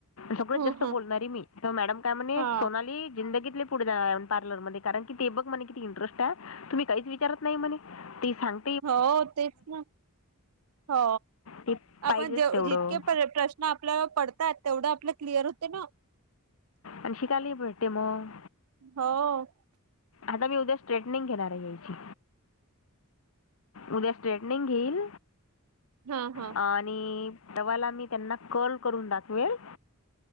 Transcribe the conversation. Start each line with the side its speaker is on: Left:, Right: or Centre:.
Left: सगळत
Right: ह
Left: जास्त
Right: ह
Left: बोलणारी मी. त मॅडम काय म्हणे,
Right: हा
Left: सोनाली जिंदगीत लय पुढे जा पार्लरमध्ये. कारण की, ते बघ मणे किती इंटरेस्टय तुम्ही काहीच विचारत नाही म्हणे ते सांग
Right: हो तेच ना हो
Left: ते पाहिजेच
Right: आपण
Left: तेवढं
Right: जितके प्रश् ना आपल्या पडतात, तेवढं आपल्या क्लिअर होते ना.
Left: अन् शिकालाही भटते मग.
Right: हो.
Left: आता मी उद्या स्ट्रेटनिंग घेणारय यायची. उद्या स्ट्रेटनिंग घेईल.
Right: हा, हा.
Left: आणि तवाला मी त्यांना कल करून दाखवेल.